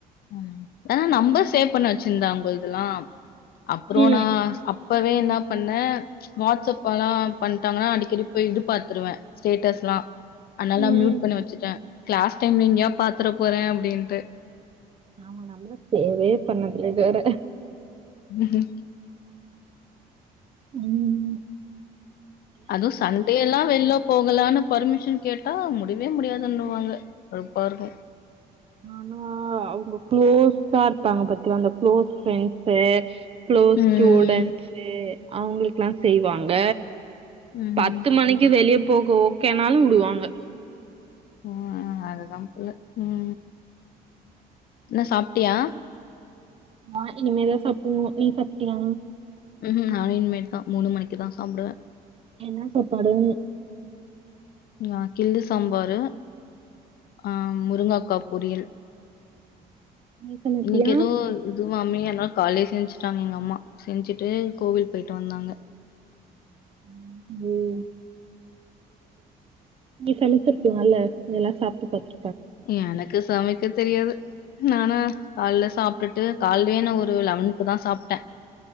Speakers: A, on the left; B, on the right.
A: உம் நா நம்பர் சேவ் பண்ணி வச்சிருந்தன் அவங்களுதெல்லாம் அப்றோ
B: ம்
A: நா அப் இப்பவே என்ன பண்ண வாட்ஸ்அப்லா
B: ம்
A: பண் உட்டாங்னா அடிக்கடி போய் இது பாத்துருவேன் ஸ்டேட்டஸ்லா அதனால
B: ம் ம்.
A: மியூட் பண்ணி வச்சிடன் கிளாஸ் டைம்ல எங்கயா பாத்ற போறே அப்படின்ட்டு
B: ஆமா நம்மள தேவே பண்ணல இதுவர
A: உஹம்
B: உம்
A: அதுவும் சன்டே எல்லா வெளியில போகலான்னு பர்மிஷன் கேட்டா முடிவே முடியாதுன்னுவாங்க கடுப்பா இருக்கும்
B: ஆனா அவுங்க க்ளோஸா இருப்பாங்க பத்தியா அந்த க்ளோஸ் ஃப்ரண்ட்ஸு க்ளோஸ்
A: ம்.
B: ஸ்டூடெண்ட்ஸ்சு அவங்களுக்குல்லா செய்வாங்க
A: ம்ஹ்ம்.
B: பத்து மணிக்கு வெளிய போகோ ஓகேனாலு உடுவாங்க
A: உம் அதுதாம் பொல உம் என்ன சாப் ப்ட்டியா
B: ஆ இனிமேதா சாப்புண்ணு நீ சாப்ட்டியா
A: ம்ஹும் நானு இனிமேட்தா மூணுமணிக்குதா சாப்பிடுவே
B: என்னா சாப்பாடு
A: ஆ கிள்ளு சாம்பாரு ஆஹ் முருங்கக்கா பொரியல்
B: நீ சமைப்பியா
A: இன்னைக்கு எதோ இதுவாமே எல்லா கால்யே செஞ்சுட்டாங்க எங்க அம்மா செஞ்சுட்டு கோவில் போயிட்டு வந்தாங்க
B: <unintelligible> நீ சமச்சிருக்லால்ல எல்லா சாப்ட்டு பாத்து
A: எனக்கு சமைக் கெ தெரியாது நானா கால்ல சாப்ட்டுட்டு கால்லே நா ஒரு லவனுக்கு தா சாப்ட்டே